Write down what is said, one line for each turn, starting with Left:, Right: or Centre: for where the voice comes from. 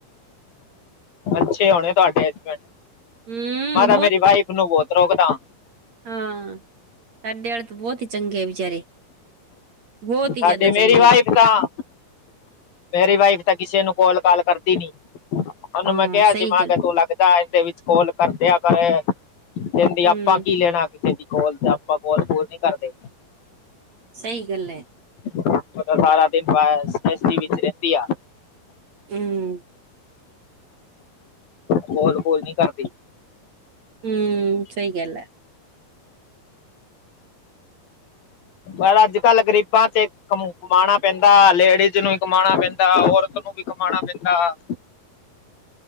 Left: ਅੱਛੇ ਹੋਣੇ ਤੁਹਾਡੇ ਹਸਬੈਂਡ,
Right: ਹੂੰ
Left: ਮੈਂ ਤਾਂ ਮੇਰੀ ਵਾਈਫ ਨੂੰ ਬੋਤ ਰੋਕਦਾ।
Right: ਹੂੰ ਸਾਡੇ ਵਾਲੇ ਤਾਂ ਬੋਤ ਹੀ ਚੰਗੇ ਆ ਵਿਚਾਰੇ। ਬੋਤ ਈ
Left: ਸਾਡੀ
Right: ਜ਼ਿਆਦਾ
Left: ਮੇਰੀ
Right: ਚੰਗੇ
Left: ਵਾਈਫ
Right: ਐ।
Left: ਤਾਂ ਮੇਰੀ ਵਾਈਫ ਤਾਂ ਕਿਸੇ ਨੂੰ ਕੋਲ-ਕਾਲ ਕਰਦੀ ਨੀ, ਉਨੂੰ
Right: ਹਾਂ
Left: ਮੈਂ ਕੇਆ
Right: ਸਹੀ
Left: ਸੀ, ਮਾਂ
Right: ਗੱਲ
Left: ਕੇ ਤੂੰ ਲੱਗ। ਰਾਜ ਦੇ ਵਿੱਚ ਕੋਲ ਕਰਦਿਆ ਕਰ, ਕੈਂਦੀ, ਛਆਪਾਂ
Right: ਹੂੰ
Left: ਕੀ ਲੈਨਾ ਕਿਸੇ ਦੀ? ਕੋਲ 'ਤੇ ਆਪਾਂ ਕੋਲ- ਕੂਲ ਨੀ ਕਰਦੇ।
Right: ਸਹੀ ਗੱਲ ਐ।
Left: ਉਹ ਸਾਰਾ ਦਿਨ ਬਸ, ਬੇਸਟੀ ਵਿੱਚ ਰੈਂਦੀ ਆ।
Right: ਊਂ।
Left: ਕੋਲ -ਕੂਲ ਨੀ ਕਰਦੀ।
Right: ਹੂੰ, ਸਹੀ ਗੱਲ ਐ।
Left: ਪਰ ਅੱਜ-ਕੱਲ ਗਰੀਬਾਂ 'ਚ ਕਮਾਣਾ ਪੈਂਦਾ, ਲੇਡੀਜ਼ ਨੂੰ ਕਮਾਣਾ ਪੈਂਦਾ, ਔਰਤ ਨੂੰ। ਵੀ ਕਮਾਣਾ ਪੈਂਦਾ।